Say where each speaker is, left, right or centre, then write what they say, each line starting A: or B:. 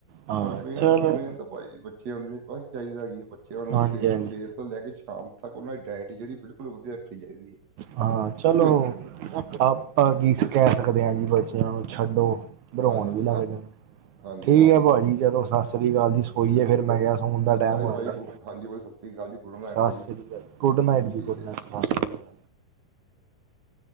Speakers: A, on the right; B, on the right.
A: ਹਾਂ
B: ਬਸ ਮੇਨਤ-ਮੇਨਤ
A: ਚਲੋ
B: ਪਾਜੀ ਬੱਚਿਆਂ ਨੂੰ ਜ ਚਾਇਦਾ ਕੀ ਏ ਬੱਚਿਆਂ ਨੂੰ
A: ਹਾਂਜੀ
B: ਸਵੇਰ-ਸਵੇਰ
A: ਹਾਂਜੀ
B: ਤੋਂ ਲੈ ਕੇ ਸ਼ਾਮ ਤੱਕ ਓਨਾਂ ਦੀ ਡਾਇਟ ਜੇੜੀ ਬਿਲਕੁਲ ਵਧੀਆ ਰੱਖੀ ਚਾਇਦੀ ਏ।
A: ਹਾਂ ਚਲੋ ਆਪਾਂ ਕੀ, ਕੈ ਸਕਦੇ ਆਂ ਜੀ। ਬੱਚਿਆਂ ਨੂੰ ਛੱਡੋ ਰੋਣ
B: ਹਾਂਜੀ
A: ਵੀ ਲੱਗ
B: ਹਾਂ
A: ਜਾਂਦੇ
B: ਹਾਂਜੀ
A: ਠੀਕ
B: ਹਾਂਜੀ
A: ਐ ਪਾਜੀ ਜਦੋ ਸਾਸ ਸ੍ਰੀ ਕਾਲ ਜੀ ਸ ਸੋਈਏ
B: ਚੰ-
A: ਫਿਰ ਮੈਂ ਕੇਆ ਸੋਣ ਦਾ
B: ਚੰਗਾ
A: ਟੈਮ
B: ਜੀ
A: ਹੋਯਾ
B: ਭਾਜੀ
A: ਦਾ
B: ਹਾਂਜੀ ਭਾਜੀ ਸਤਿ ਸ੍ਰੀ ਅਕਾਲ ਜੀ ਗੁਡ ਨਾਈਟ
A: ਸਾਸ
B: ਭਾਜੀ
A: ਸ੍ਰੀ ਕਾਲ ਜ। ਗੁੱਡ ਨਾਈਟ
B: ਠੀਕ
A: ਜੀ ਗੁੱਡ
B: ਹੈ
A: ਨਾਈਟ
B: ਜੀ
A: ਸਾਸ
B: ਗੁਡ
A: ਸ੍ਰੀ
B: ਨਾਈਟ
A: ਕਾਲ।